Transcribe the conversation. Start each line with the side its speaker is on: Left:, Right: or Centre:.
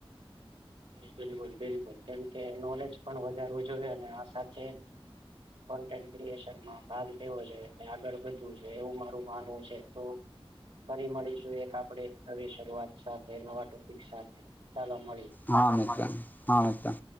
Right: હ બિલકુલ -બિલકુલ કેમકે નોલેજ પણ વધારવું જોઈએ અને આ સાથે કો ક્રએનમાં ભાગ લેવો જોઈએ આગળ વધવું જોઈએ એવું મારું માનવું છે, તો ફરી મળીશું એક આપણે નવી, શરૂઆત સાથે નવા ટોપિક સાથે ચાલો મળીએ
Left: હા મિત્ર, હા મિત્ર